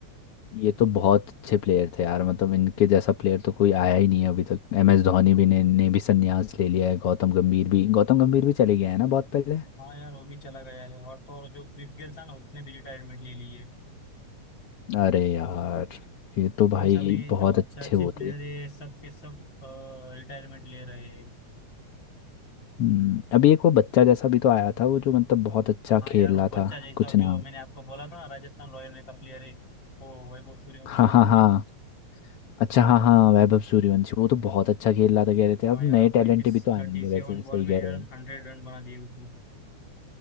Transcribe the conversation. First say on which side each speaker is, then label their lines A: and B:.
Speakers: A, on the left; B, on the left.
A: ये तो बहुत अच्छे प्लेयर थे यार मतलब इनके जैसा प्लेयर तो कोई आया ही नहीं है अभी तक एम एस धोनी भी ने, ने भी संन्यास ले लिया है गौतम गंभीर भी गौतम गंभीर भी चले गया है ना बहुत पहले
B: हाँ यार वो भी चला गया है और तो और जो क्रिस गेल था ना उसने भी रिटायरमेंट ले ली है
A: अरे यार ये तो भाई
B: मीन्स अभी
A: बहुत
B: जो अच्छे
A: अच्छे
B: अच्छे
A: वो
B: प्लेयर
A: थे
B: है सब के सब रिटायरमेंट ले रहे हैं
A: हम्म, अभी एक वो बच्चा जैसा भी तो आया था वो जो मतलब बहुत अच्छा
B: हाँ
A: खेल
B: यार वो
A: रहा
B: बच्चा
A: था
B: जैसा
A: कुछ
B: जो
A: नाम
B: मैंने आपको बोला ना राजस्थान रॉयल में का प्लेयर है वो वैभव सूर्यवंशी
A: हाँ हाँ
B: बोल
A: हाँ
B: के
A: अच्छा हाँ हाँ वैभव सूर्यवंशी वो तो बहुत अच्छा खेल रहा था कह रहे थे
B: हाँ
A: अब नए
B: यार पैंतीस
A: टैलेंट भी तो आएंगे
B: थर्टी सेवन
A: वैसे
B: बॉल
A: सही
B: में
A: कह
B: यार
A: रहे हो
B: हंड्रेड रन बना दिए उसने